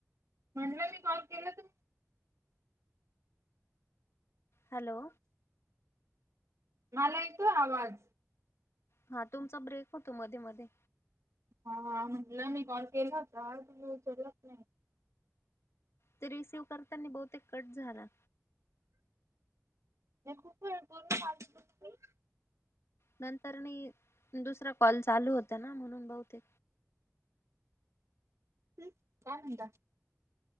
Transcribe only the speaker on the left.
हॅलो!
हा तुमचा ब्रेक होतो मध्ये मध्ये.
ते रिसीव्ह करताना बहुतेक कट झाला.
नंतर मी दुसरा कॉल चालू होता ना म्हणून बहुते.